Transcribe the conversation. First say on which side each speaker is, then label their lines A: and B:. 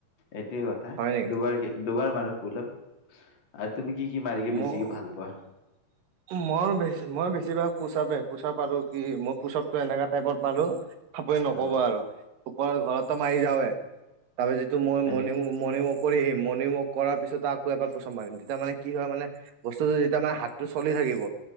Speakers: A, on the left; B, on the right.
A: এইটোৱে কথা,
B: হয় নেকি
A: দুবাৰ- দুবাৰ মাৰো পুলোপ। আৰু তুমি কি কি মাৰিকে
B: মোৰ
A: বেছিকে ভাল পোৱা?
B: মই মই বেছিভাগ পোছ- পোছ পাৰো কি মই পোচাপতো এনেকা টাইপত পাৰো আপুনি নকব
A: অ
B: আৰু ঘৰতো মাৰি যাওঁয়ে, তাৰিপিছটো মই যিটো
A: হয়
B: মৰ্ণং
A: নেকি
B: মৰ্ণং ৱক কৰি আহি মৰ্ণং ৱক কৰাৰিছত, আকৌ এাৰ প্ৰোছ মাৰিম তেতিয়া মানে কি হয় মানে বস্তুটো যেতিয়া মানে হাতটো চলি থাকিব।